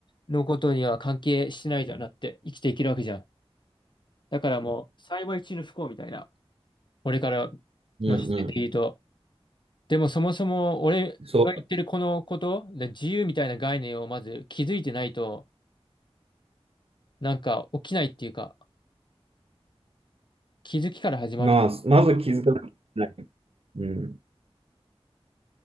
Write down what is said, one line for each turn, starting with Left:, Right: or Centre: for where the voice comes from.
Left: のことには関係してないじゃん、だって生きていけるわけじゃん。だからもう、幸い中の不幸みたいな、俺から
Right: うんうん。
Left: の視点で言うと。でもそもそも俺が言ってるこのこと、
Right: そ
Left: で自由みたいな概念をまず気づいてないと、なんか起きないっていうか、気づきから始まるんだ。
Right: う。まあ、まず気づかなきゃいけない。うん。